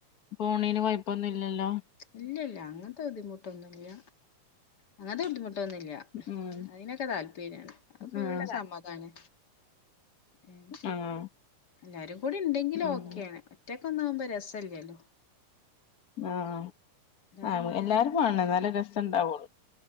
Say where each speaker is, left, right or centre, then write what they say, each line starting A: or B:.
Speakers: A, on the left; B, on the left.
A: ഫോണിന് കുഴപ്പൊന്നും ഇല്ലല്ലോ
B: ഇല്ലില്ല അങ്ങനത്തെ ബുദ്ധിമുട്ടൊന്നുമില്ല അങ്ങനത്തെ ബുദ്ധിമുട്ട് ട്ടൊന്നില്ല
A: ഉം
B: അതിനൊക്കെ താല്പര്യാണ് അപ്പോ
A: ഉം
B: സമ്മതാണ് ഏഹ്
A: ആഹ്
B: എല്ലാരും കൂടി ഉണ്ടെങ്കില്
A: ഉം
B: ഓക്കെണ്. ഒറ്റക്കൊന്നാവുമ്പോ രസല്ലല്ലോ.
A: ആഹ്
B: എല്ലാരും
A: ആഹ്
B: ഉണ്ടാവുമ്പോ
A: എല്ലാരും വാണം ഇന്നാലാ രസം ഇണ്ടാവുള്ളു.